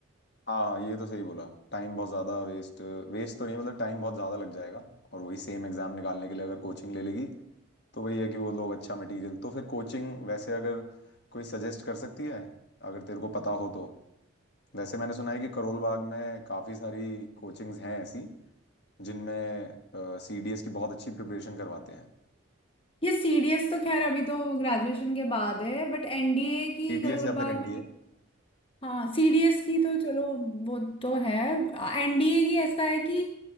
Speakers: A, on the left; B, on the left.
A: हाँ ये तो सही बोला टाइम बहुत ज़्यादा वेस्ट वेस्ट तो नहीं मतलब टाइम बहुत ज़्यादा लग जाएगा और वही सेम एग्ज़ाम निकालने के लिए अगर कोचिंग ले लेगी तो वही है कि वो लोग अच्छा मटेरियल तो फिर कोचिंग वैसे अगर कोई सजेस्ट कर सकती है अगर तेरे को पता हो तो वैसे मैंने सुना है कि करोल बाग में काफ़ी सारी कोचिंग्स हैं ऐसी जिनमें सी डी एस की बहुत अच्छी प्रिपरेशन करवाते हैं
B: ये सीडीएस तो खैर अभी तो ग्रेजुएशन के बाद है बट एनडीए की
A: सी
B: करोल
A: डी एस या
B: बाग
A: फिर एन
B: में
A: डी ए
B: हाँ सीडीएस की तो चलो वो तो है एनडीए की ऐसा है कि